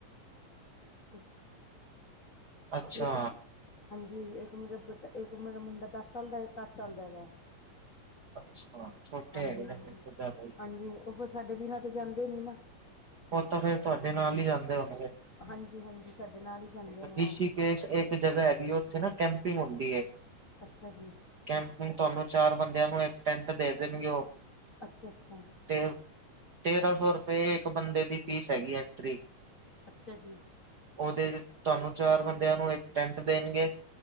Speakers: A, on the left (about 35°); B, on the right (about 50°).
A: <unintelligible>
B: ਅੱਛਾ
A: ਇੱਕ ਹਾਂਜੀ ਇੱਕ ਮੇਰਾ ਬੇ ਇੱਕ ਮੇਰਾ ਮੁੰਡਾ ਦਸ ਸਾਲ ਦਾ, ਇੱਕ ਅੱਠ ਸਾਲ ਦਾ ਹੈਗਾ।
B: ਅੱਛਾ ਛੋਟੇ
A: ਹਾਂਜੀ-ਹਾਂਜੀ,
B: ਹੈਗੇ ਨੇ ਫਿਰ ਤੋਂ ਜ਼ਿਆਦਾ ਹੀ
A: ਹਾਂਜੀ ਉਹ ਫਿਰ ਸਾਡੇ ਬੀਨਾ ਤਾਂ ਜਾਂਦੇ ਨੀ ਨਾ।
B: ਉਹ ਤਾਂ ਫੇਰ ਤੁਹਾਡੇ ਨਾਲ ਹੀ ਜਾਂਦੇ ਹੋਣਗੇ।
A: ਹਾਂਜੀ-ਹਾਂਜੀ ਸਾਡੇ ਨਾਲ ਹੀ ਜਾਂਦੇ ਨੇ
B: ਰਿਸ਼ੀਕੇਸ਼
A: ਉਹ
B: ਇੱਕ ਜਗ੍ਹਾ ਹੈਗੀ ਉੱਥੇ ਨਾ ਕੈਂਪਿੰਗ ਹੁੰਦੀ ਏ।
A: ਅੱਛਾ ਜੀ
B: ਕੈਂਪਿੰਗ ਤੁਹਾਨੂੰ ਚਾਰ ਬੰਦਿਆਂ ਨੂੰ ਇੱਕ ਟੈਂਟ ਦੇ ਦੇਣਗੇ ਉਹ।
A: ਅੱਛਾ-ਅੱਛਾ
B: ਤੇ ਤੇਰਾਂ ਸੌ ਰੁਪਏ ਇੱਕ ਬੰਦੇ ਦੀ ਫੀਸ ਹੈਗੀ ਐਂਟਰੀ।
A: ਅੱਛਾ ਜੀ
B: ਉਹਦੇ ਚ ਤੁਹਾਨੂੰ ਚਾਰ ਬੰਦਿਆਂ ਨੂੰ ਇੱਕ ਟੈਂਟ ਦੇਣਗੇ।